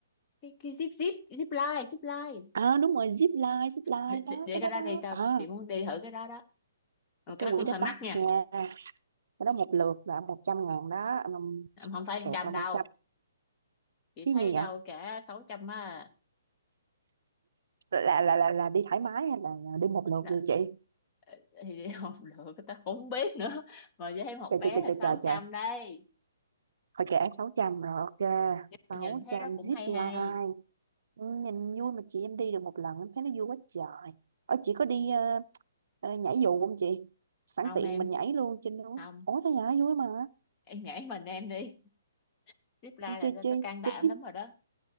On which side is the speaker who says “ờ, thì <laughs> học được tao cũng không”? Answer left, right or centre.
Left